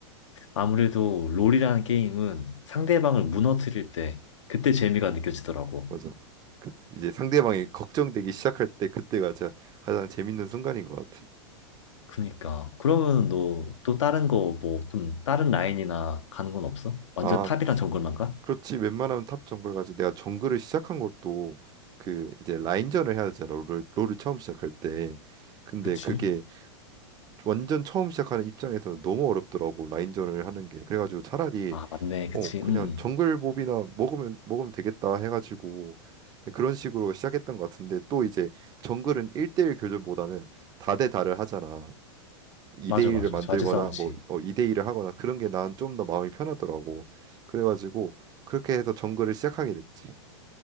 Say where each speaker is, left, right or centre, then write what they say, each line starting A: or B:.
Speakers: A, on the left; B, on the right.
A: 아무래도 롤이라는 게임은 상대방을 무너뜨릴 때 그때 재미가 느껴지더라고.
B: 맞아. 그 이제 상대방이 걱정되기 시작할 때 그때가 진짜 가장 재밌는 순간인 것 같아.
A: 그니까 그러면 너 또 다른 거 뭐 좀 다른 라인이나 가는 건 없어? 완전
B: 아,
A: 탑이랑 정글만 가?
B: 그렇지. 웬만하면 탑 정글 가지. 내가 정글을 시작한 것도 그 이제 라인전을 해야 되잖아. 롤을, 롤을 처음 시작할 때. 근데
A: 그치?
B: 그게 완전 처음 시작하는 입장에서 너무 어렵더라고 라인전을 하는 게 그래가지고 차라리
A: 아 맞네 그치
B: 어 그냥
A: 음 음.
B: 정글몹이나 먹으면 먹으면 되겠다 해가지고 그런 식으로 시작했던 것 같은데 또 이제 정글은 1대1 교전보다는 다대다를 하잖아 2대1을
A: 맞아 맞아
B: 만들거나
A: 자주 싸우지
B: 뭐 2대일을 하거나 그런 게 난 좀 더 마음이 편하더라고 그래가지고 그렇게 해서 정글을 시작하게 됐지